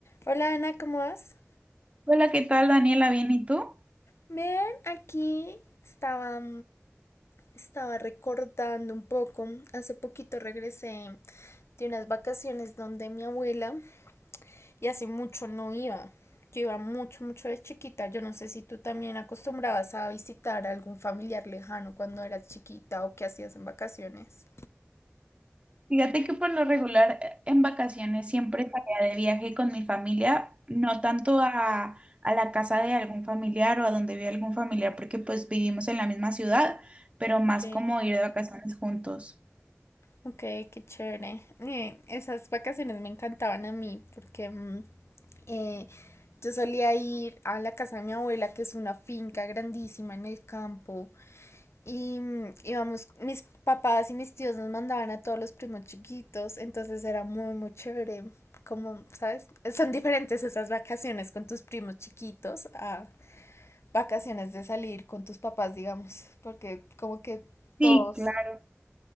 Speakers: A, on the left; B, on the right.
A: Hola Ana, ¿cómo vas?
B: Hola, ¿qué tal, Daniela? ¿Bien y tú?
A: Bien, aquí estaba, estaba recordando un poco. Hace poquito regresé de unas vacaciones donde mi abuela y hace mucho no iba. Yo iba mucho, mucho de chiquita. Yo no sé si tú también acostumbrabas a visitar a algún familiar lejano cuando eras chiquita o qué hacías en vacaciones.
B: Fíjate que por lo regular eh, en vacaciones siempre salía de viaje con mi familia, no tanto a, a la casa de algún familiar o a donde vive algún familiar, porque pues vivimos en la misma ciudad, pero más
A: Ok.
B: como ir de vacaciones juntos.
A: Ok, qué chévere. Eh, esas vacaciones me encantaban a mí porque mm, eh, yo solía ir a la casa de mi abuela, que es una finca grandísima en el campo, y mm, íbamos, mis papás y mis tíos nos mandaban a todos los primos chiquitos, entonces era muy, muy chévere. Como, ¿sabes? Son diferentes esas vacaciones con tus primos chiquitos a vacaciones de salir con tus papás, digamos, porque como que
B: Sí,
A: todos
B: claro.